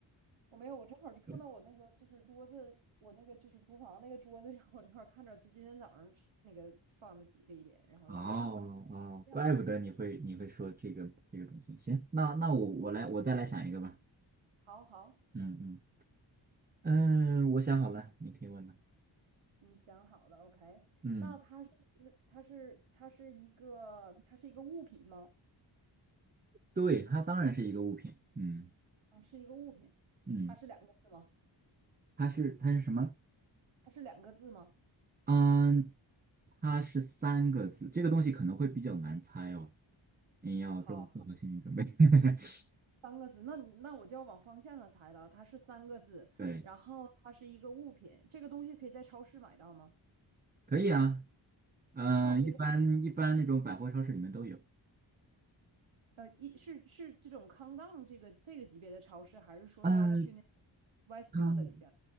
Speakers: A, on the right; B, on the right.
A: 我没有，我正好就看到我那个就是桌子，
B: 对，
A: 我那个就是厨房那个桌子上，我正好看着，就今天早上吃那个放了挤了一点，然后就说啊，
B: 哦哦，
A: 炸酱。
B: 怪不得你会你会说这个这个东西。行，那那我我来我再来想一个吧。
A: 好好，
B: 嗯嗯嗯，我想好了，你可以问了。
A: 你想好了，OK？
B: 嗯，
A: 那它是嗯它是它是一个它是一个物品吗？
B: 对，它当然是一个物品。嗯
A: 啊，是一个物品。
B: 嗯，
A: 它是两个字吗？
B: 它是它是什么？
A: 它是两个字吗？
B: 嗯，它是三个字，这个东西可能会比较难猜哦，你要做做好心理准备。
A: 好，
B: <laughs>
A: 三个字。那你那我就要往方向上猜了。它是三个字，
B: 对，
A: 然后它是一个物品。这个东西可以在超市买到吗？
B: 可以啊，嗯，
A: 哦，可以在
B: 一般一般那种百货超市里面都有。
A: 呃一是是这种康当这个这个级别的超市，还是说要去那个
B: 呃，
A: Westfield
B: 抗
A: 里边？